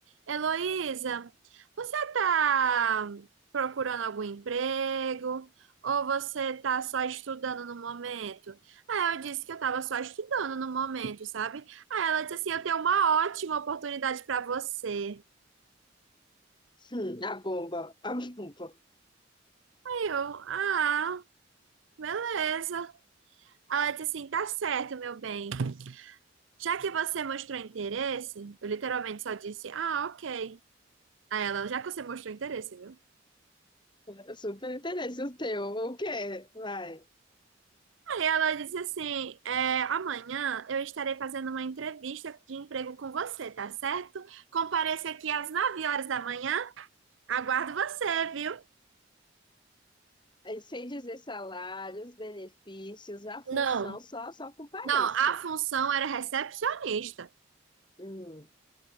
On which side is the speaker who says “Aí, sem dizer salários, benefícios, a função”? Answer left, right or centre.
Left